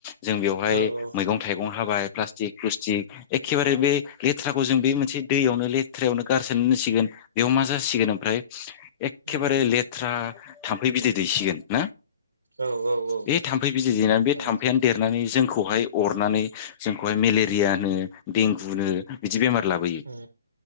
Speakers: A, on the left; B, on the right.
A: जों बेवहाय
B: औ औ
A: मैगं थाइगं हाबाय प्लास्टिक प्लुस्टिक एखेबारे बे लेथ्राखौ जों बे मोनसे दैयावनो लेथ्रायावनो गारसोना दोनसिगोन बेयाव मा जासिगोन ओमफ्राय एखेबारे
B: उम
A: लेथ्रा थाम्फै बिदै दैसिगोन ना
B: औ औ औ
A: बे थाम्फै बिदै दैनानै बे
B: नंगौ
A: थाम्फैयानो देरनानै जोंखौहाय अरनानै जोंखौहाय मेलेरिया नो देंगुनो बिदि बेमार लाबोयो
B: उम